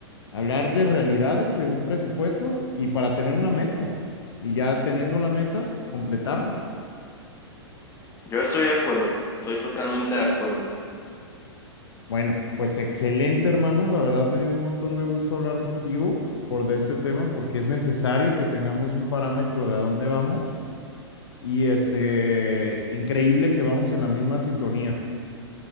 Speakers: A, on the left; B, on the left.
A: hablar de realidades, de un presupuesto y para tener una meta. Y ya teniendo la meta, completarla.
B: Yo estoy de acuerdo, estoy totalmente de acuerdo.
A: Bueno, pues excelente, hermano. La verdad me dio un montón de gusto hablar contigo por de este tema porque es necesario que tengamos un parámetro de a dónde vamos. Y este, increíble que vamos en la misma sintonía.